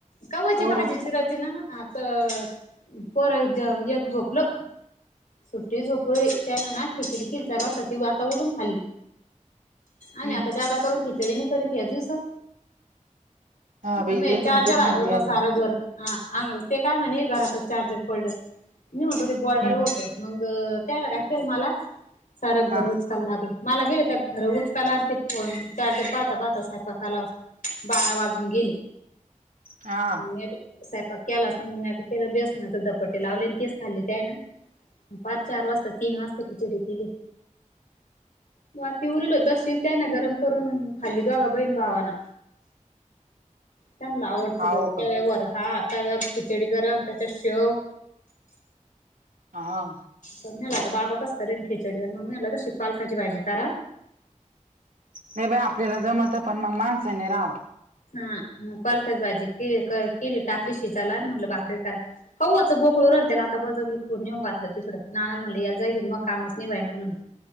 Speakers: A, on the left; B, on the right.
A: कव्हाची
B: पोर
A: भाजी
B: हम्म
A: चिराची ना आज. तर पोरांचं एक झोपलं. सुट्टी झोप व्हय ते आहे ना खिचडी केलती. ती चार वाजता उठून खाल्ली. आणि
B: हम्म
A: आता ज्यादा करून खिचडी नाही करीत या दिवसात.
B: हा बाई
A: ममे
B: लेकराला
A: चार्जर
B: दुख
A: हारवल
B: नाही बाई आता
A: सारं घर हा अन् ते काय म्हणे घरातच चार्जर पडल, मी म्हणतो बॉडाल
B: हम्म
A: होत मग त्याला काय केलं मला, सार घर
B: हा
A: उच काला लागलं. मालक गेले त्या घर उचकाला आणि ते फोन चार्जर पाहता पाहता सयंपाकाला बारा वाजून गेल.
B: हा
A: ह नाही बाई. सयंपाक केलाच नाही, मग तेला बेसना चे धपाट्टे लावले तेच खाल्ली ते हाय ना. पाच चार वाजता, तीन वाजता खिचडी केली. म ती उरील होत असल त्या ना, गरम करून खाल्ली दोगा बहीण भावाना त्यांनला आवडती
B: हाव
A: तर
B: का?
A: <unintelligible> हं तव्यावर खिचडी गरम, त्याच्यात शेव
B: आ हा.
A: पण मलाता बाबा कस करेन खिचडी, मग मला तशी पालकाची भाजी करा
B: नाही बाई आपल्याला जमतं पण मग माणसाने राहव
A: हा मग पालकच भाजी केली, के टाकली शिजाला म्हटलं भाकरी करा कावू आचं बोकळो रल त्याला आता बळजबरी नेऊन घातलं तिकडं, नानाला म्हटलं या जागेन मग कामच निव्हाय ना म्हणून